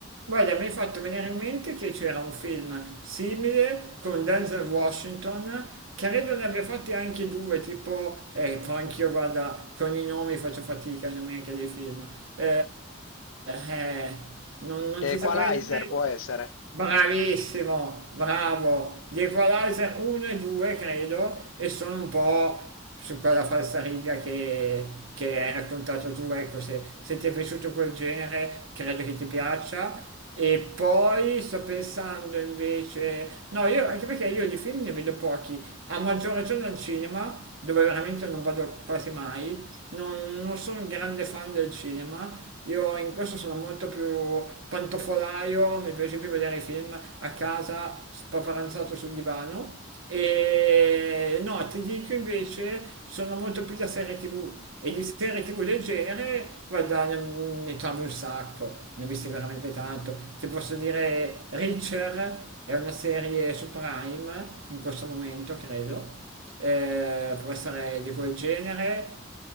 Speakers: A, on the right; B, on the left.
A: Guarda, mi hai fatto venire in mente che c'era un film simile con Denzel Washington, credo ne abbia fatti anche due, tipo, eh, però anch'io vada con i nomi faccio fatica, i nomi anche dei film. Eh, eh, non, non
B: The
A: ti
B: Equalizer
A: saprei dire...
B: può essere.
A: Bravissimo, bravo. Gli Equalizer 1 e 2, credo, e sono un po' su quella falsariga che, che hai raccontato tu. Ecco, se, se ti è piaciuto quel genere, credo che ti piaccia. E poi sto pensando invece... No, io, anche perché io di film ne vedo pochi, a maggior ragione al cinema, dove veramente non vado quasi mai. Non, non sono un grande fan del cinema io in questo sono molto più pantofolaio, mi piace più vedere i film a casa spaparanzato sul divano. E no, ti dico invece, sono molto più da serie TV. E di serie TV del genere, guarda, ne, ne trovi un sacco, ne ho visti veramente tanto. Ti posso dire, Reacher è una serie su Prime in questo momento, credo. Eh, può essere di quel genere.